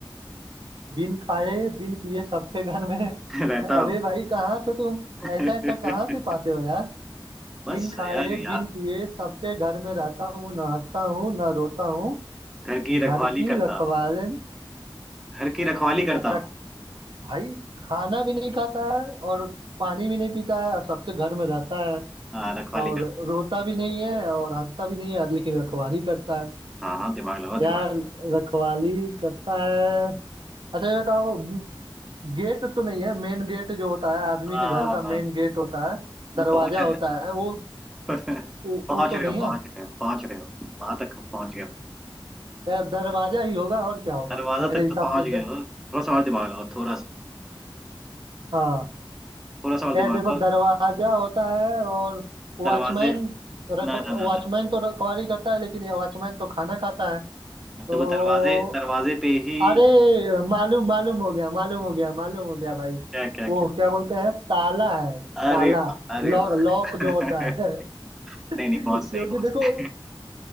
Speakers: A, on the right; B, in the centre.
A: बिन खाए बिन पिए सबके घर में
B: <laughs> रहता
A: अरे
B: हूँ
A: भाई कहाँ से तुम
B: <laughs>
A: ऐसा ऐसा कहाँ से पाते हो यार
B: बस
A: बिन खाए
B: यार याद
A: बिन पिए
B: है
A: सबके घर में रहता हूँ ना हंसता हूँ ना रोता हूँ
B: घर की
A: घर
B: रखवाली
A: की
B: करता
A: रखवालन
B: हूँ घर की रखवाली करता
A: अच्छा
B: हूँ
A: भाई खाना भी नहीं खाता है और पानी भी नहीं पीता है और सबके घर में रहता है
B: हाँ रखवाली
A: और
B: करता
A: रोता भी नहीं है और हंसता भी नहीं है लेकिन रखवाली करता है
B: हाँ हाँ दिमाग लगाओ दिमाग
A: यार रखवाली करता है अच्छा ये बताओ गेट तो नहीं है मेन गेट जो होता है आदमी
B: <laughs>
A: के घर का
B: हाँ
A: मेन गेट होता है दरवाजा
B: पहुंच रहे
A: होता है वो
B: हो <laughs>
A: वो,
B: पहुंच
A: वो तो
B: रहे
A: नहीं
B: हो
A: है
B: पहुंच रहे हो पहुंच रहे हो वहां तक पहुंच गए हो
A: यार दरवाजा ही होगा और क्या होगा
B: दरवाजा
A: मेरे
B: तक
A: हिसाब
B: तो पहुंच
A: से द,
B: गए हो थोड़ा सा और दिमाग लगाओ थोड़ा सा
A: हाँ
B: थोड़ा सा और
A: यार
B: दिमाग
A: देखो
B: लगाओ
A: दरवाजा होता है और वॉचमैन
B: दरवाजे ना
A: रख वॉचमैन
B: ना ना ना
A: तो रखवाली करता है लेकिन ये वॉचमैन तो खाना खाता है तो
B: ना, देखो दरवाजे दरवाजे पे ही
A: अरे मालूम मालूम हो गया मालूम हो गया मालूम हो गया भाई
B: क्या क्या
A: वो
B: क्या
A: क्या बोलते हैं ताला है
B: अरे
A: ताला
B: वाह अरे
A: लॉक
B: वाह
A: लॉक
B: <laughs>
A: जो होता है <laughs>
B: नहीं नहीं बहुत सही
A: क्योंकि
B: बहुत
A: देखो
B: सही